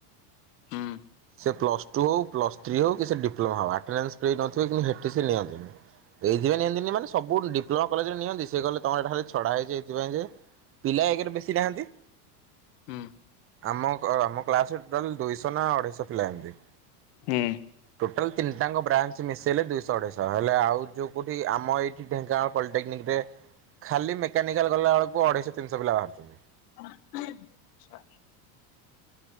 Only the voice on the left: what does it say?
ହୁଁ।
ହୁଁ।
ହୁଁ।
ଆଚ୍ଛା।